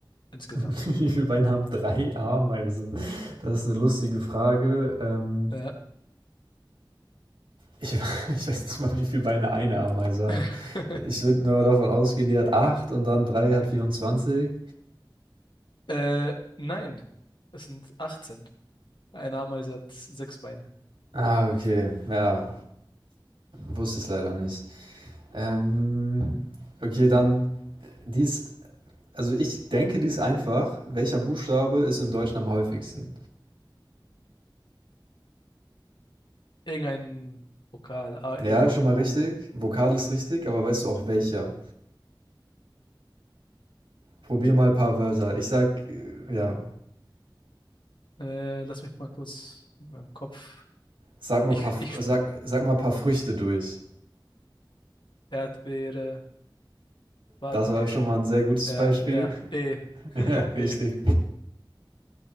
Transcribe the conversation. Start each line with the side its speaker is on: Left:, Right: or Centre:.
Left: insgesamt?
Right: <laughs> Wie viele Beine haben 3 Ameisen? Das ist eine lustige Frage, ähm
Left: Ja.
Right: Ich, <laughs> ich weiß nicht mal, wie viele Beine eine Ameise
Left: <laughs>
Right: hat. Ich würde nur davon ausgehen, die hat 8 und dann 3 hat vierundzwanzig.
Left: Äh, nein, es sind 18. Eine Ameise hat sechs Beine.
Right: Ah, okay. Ja, wusste ich leider nicht. Ähm, okay, dann, die ist, also ich denke, die ist einfach. Welcher Buchstabe ist im Deutschen am häufigsten?
Left: Irgendein Vokal. A,
Right: Ja,
Left: E, I,
Right: schon mal
Left: O,
Right: richtig. Vokal ist richtig, aber weißt du auch welcher? Probier mal ein paar Wörter. Ich sag, äh, ja,
Left: U. Äh, lass mich mal kurz in meinem Kopf.
Right: sag mal
Left: Ich,
Right: ein paar, F-
Left: ich,
Right: sag,
Left: sp-
Right: sag mal ein paar Früchte durch.
Left: Erdbeere. Wal,
Right: Das
Left: okay.
Right: war schon mal ein sehr gutes
Left: Ja,
Right: Beispiel.
Left: ja. E. <laughs>
Right: <laughs> Ja, richtig.
Left: E.